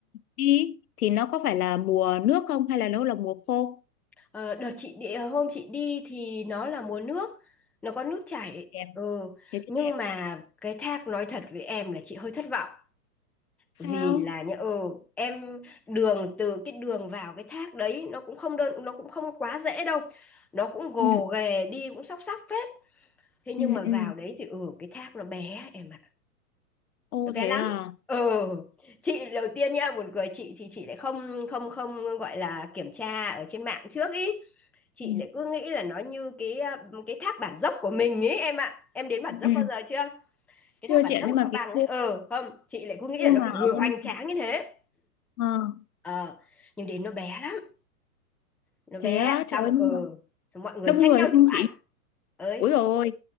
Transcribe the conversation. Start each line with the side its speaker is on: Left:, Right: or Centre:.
Left: đi thì nó có phải là mùa nước không hay là nó là mùa khô?
Centre: ờ, đợt chị đi hôm chị đi thì nó là mùa nước nó có nước chảy
Left: Đẹp,
Centre: ừ
Left: thế thì
Centre: nhưng
Left: đẹp.
Centre: mà cái thác nói thật với em là chị hơi thất vọng
Left: Sao?
Centre: vì là nhỡ ừ, em đường từ cái đường vào cái thác đấy nó cũng không đơn nó cũng không quá dễ đâu nó cũng gồ
Left: Ừ
Centre: ghề đi cũng sóc sóc phết thế nhưng
Left: ừ
Centre: mà
Left: ừ.
Centre: vào đấy thì ừ cái thác nó bé em ạ
Left: Ô
Centre: bé
Left: thế
Centre: lắm
Left: à.
Centre: ừ chị đầu tiên nha buồn cười chị thì chị lại không không không gọi là kiểm tra ở trên mạng trước ý chị
Left: Ừ.
Centre: lại cứ nghĩ là nó như cái ờ, cái tháp bản dốc của mình ấy em ạ em đến bản
Left: Ừ.
Centre: dốc bao
Left: ừ.
Centre: giờ chưa cái
Left: Thưa
Centre: tháp bản
Left: chị ạ,
Centre: dốc
Left: nhưng
Centre: ở
Left: mà
Centre: Cao Bằng
Left: cái
Centre: ấy
Left: khu,
Centre: ừ không chị lại cứ nghĩ
Left: khu
Centre: là nó
Left: mà
Centre: phải vừa
Left: ở Buôn
Centre: hoành
Left: Ma
Centre: tráng
Left: Thuột-
Centre: như thế
Left: ờ,
Centre: ờ nhưng đến nó bé lắm nó
Left: thế
Centre: bé
Left: á, trời
Centre: xong
Left: ơi,
Centre: ừ
Left: nhưng mà
Centre: xong mọi người
Left: đông
Centre: tranh
Left: người
Centre: nhau
Left: không
Centre: chụp ảnh
Left: chị?
Centre: ơi
Left: Úi dồi ôi,